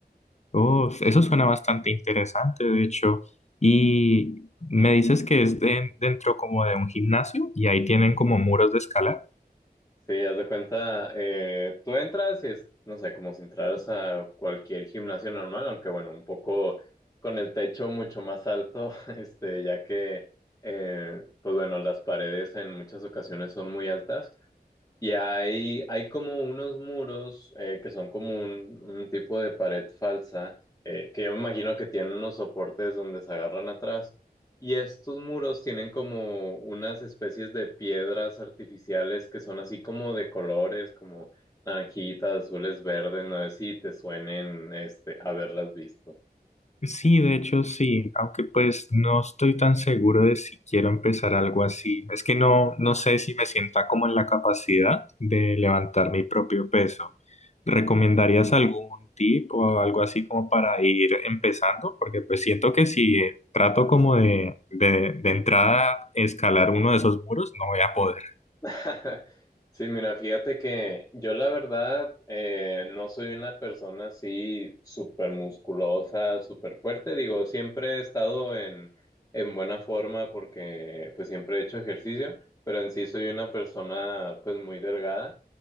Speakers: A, on the left; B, on the left.
A: Oh, eso suena bastante interesante, de hecho. Y me dices que es de- dentro como de un gimnasio y ahí tienen como muros de escalar.
B: Sí, haz de cuenta, eh, tú entras y es, no sé, como si entraras a cualquier gimnasio normal, aunque bueno, un poco con el techo mucho más alto, <laughs> este, ya que, eh, pues bueno, las paredes en muchas ocasiones son muy altas. Y hay, hay como unos muros eh, que son como un, un tipo de pared falsa, eh, que yo me imagino que tienen unos soportes donde se agarran atrás. Y estos muros tienen como unas especies de piedras artificiales que son así como de colores, como naranjitas, azules, verdes. No sé si te suenen este, haberlas visto.
A: Sí, de hecho sí, aunque pues no estoy tan seguro de si quiero empezar algo así. Es que no, no sé si me sienta como en la capacidad de levantar mi propio peso. ¿Recomendarías algún tip o algo así como para ir empezando? Porque pues siento que si eh, trato como de, de, de entrada escalar uno de esos muros, no voy a poder.
B: <laughs> Sí, mira, fíjate que yo la verdad eh, no soy una persona así súper musculosa, súper fuerte. Digo, siempre he estado en, en buena forma porque pues siempre he hecho ejercicio, pero en sí soy una persona pues muy delgada.